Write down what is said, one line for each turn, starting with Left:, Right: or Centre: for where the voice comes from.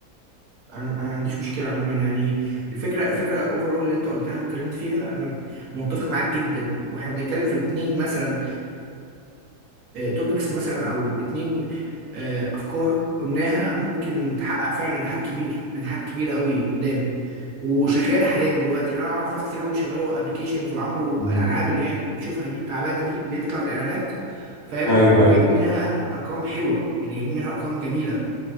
Right: انا انا ما عنديش مشكله عموما يعني الفكره الفكره اوفرول اللي انت قلتها واتكلمت فيها انا متفق معاك جدا واحنا بنتكلم في اتنين مثلا توبكس مثلا او اتنين آه، افكار قلناها ممكن تحقق فعلا نجاحات كبير نجاحات كبيره قوي قدام وشغاله حاليا دلوقتي يعني انا اعرف ناس كتير قوي شغالوا ابلكيشنز وعملوا
Left: مم.
Right: الالعاب اللي هي بتشوفها دي التعبانه دي اللي بتطلع في الاعلانات فاهم
Left: ايوه
Right: وجايبين
Left: ايوه
Right: منها ارقام حلوه يعني جايبين منها ارقام جميله